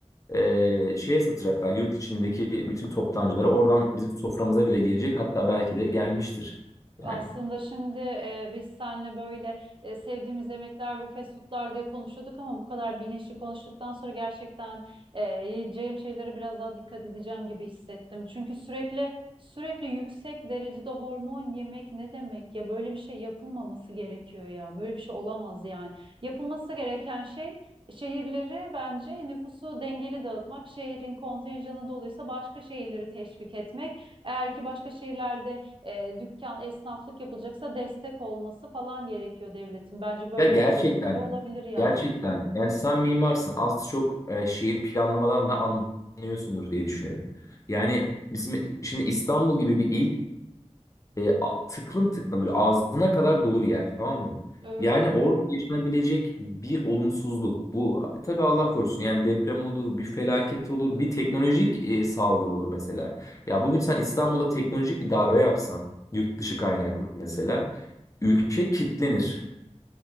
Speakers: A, on the left; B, on the right.
A: e, şeye satacaklar. Yurt içindeki bütün toptancılara oradan bizim soframıza bile gelecek hatta belki de gelmiştir. Yani
B: Aslında şimdi e, biz seninle böyle e, sevdiğimiz yemekler ve fast foodlar diye konuşuyorduk ama bu kadar bilinçli konuştuktan sonra gerçekten e, yiyeceğim şeylere biraz daha dikkat edeceğim gibi hissettim. Çünkü sürekli sürekli yüksek derecede hormon yemek ne demek ya? Böyle bir şey yapılmaması gerekiyor ya. Böyle bir şey olamaz yani. Yapılması gereken şey Şehirleri bence nüfusu dengeli dağıtmak, şehrin kontenjanı doluysa başka şehirleri teşvik etmek. Eğer ki başka şehirlerde e, dükkan, esnaflık yapılacaksa destek olması falan gerekiyor devletin. Bence böyle
A: Ya gerçekten,
B: bir çözümüyle olabilir yani.
A: gerçekten. Yani sen mimarsın. Az çok e, şehir planlamadan da anlıyorsundur diye düşünüyorum. Yani bizim şimdi İstanbul gibi bir il e, a- tıklım tıklım böyle ağzına kadar dolu bir yer, tamam mı?
B: Öyle.
A: Yani orada yaşanabilecek bir olumsuzluk. Bu tabii Allah korusun. Yani deprem olur, bir felaket olur, bir teknolojik e, saldırı olur mesela. Ya bugün sen İstanbul'a teknolojik bir darbe yapsan, yurt dışı kaynaklı mesela, ülke kitlenir.